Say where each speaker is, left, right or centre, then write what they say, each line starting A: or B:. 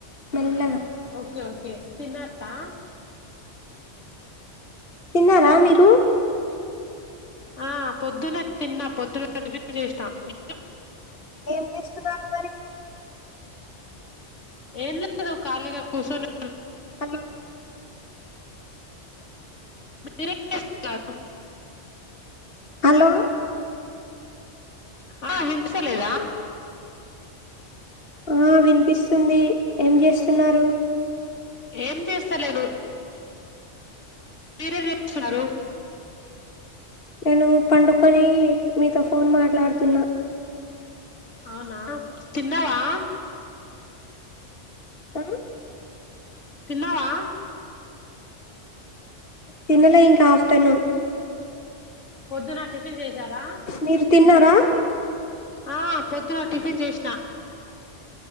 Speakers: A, on the left; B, on the left.
A: మెల్లగా
B: ఓకే ఓకే తిన్నారా
A: తిన్నారా మీరు
B: ఆ పొద్దున తిన్నా పొద్దున్న టిఫిన్ చేసినా మీరు
A: ఏం చేస్తున్నారు మరి
B: ఏంలేదు కాలిగా కుసుని
A: హలో
B: మీరు ఏం చేస్తున్నారు
A: హలో
B: ఆ వినిపిస్తలేదా
A: ఆ వినిపిస్తుంది ఏం చేస్తున్నారు
B: ఏం చేస్తలేను మీరేం చేస్తున్నారు
A: నేను పండుకొని మీతో ఫోన్ మాట్లాడుతున్నా
B: అవునా తిన్నవా
A: ఆ
B: తిన్నావా
A: తిన్నలే ఇంకా ఆఫ్టర్నూన్
B: పొద్దున టిఫిన్ చేశారా
A: మీరు తిన్నారా
B: ఆ పొద్దున టిఫిన్ చేసిన